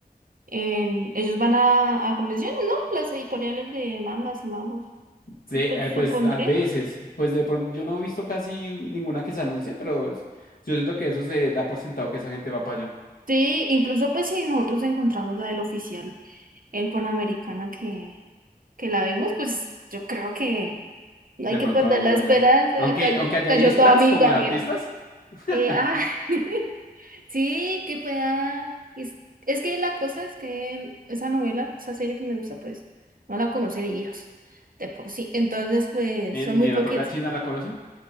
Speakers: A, on the right; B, on the left.
A: en... Ellos van a, a convenciones, ¿no? Las editoriales de mangas y manguas.
B: Sí,
A: Pues,
B: eh,
A: pues supondré.
B: pues a veces, pues de pronto yo no he visto casi ninguna que se anuncie, pero es- yo siento que eso se da por sentado que esa gente va para allá.
A: Sí, incluso pues si nosotros encontramos la del oficial en Panamericana que, que la vimos, pues yo creo que no
B: De
A: hay que
B: pronto
A: perder
B: alguien
A: la esperanza,
B: allá. Aunque,
A: cayó,
B: aunque allá
A: cayó
B: hay stands
A: toda mi
B: como
A: gajera.
B: de artistas, <laughs>
A: Eh, ah, <laughs> sí, que pueda... Es, es que la cosa es que esa novela, esa serie que me gusta, pues no la conocen ellos de por sí. Entonces, pues
B: ni en,
A: son muy
B: ni en
A: poquitas.
B: la propia China la conocen.